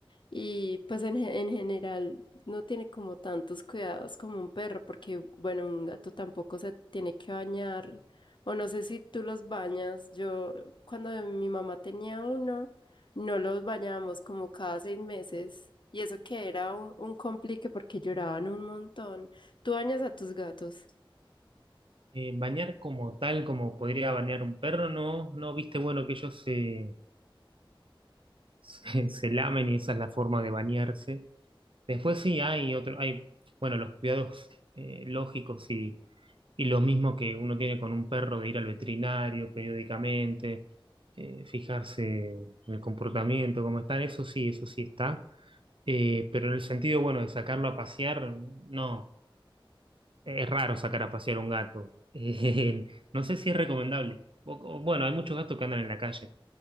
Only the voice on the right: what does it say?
Eh, bañar como tal, como podría bañar un perro, no, no viste, bueno, que ellos se, se, se lamen y esa es la forma de bañarse. Después sí hay otro, hay, bueno, los cuidados eh, lógicos y, y lo mismo que uno tiene con un perro de ir al veterinario periódicamente, eh, fijarse en el comportamiento, cómo están, eso sí, eso sí está. Eh, pero en el sentido, bueno, de sacarlo a pasear, no. Es raro sacar a pasear un gato. <laughs> Eh, no sé si es recomendable. O- o- Bueno, hay muchos gatos que andan en la calle,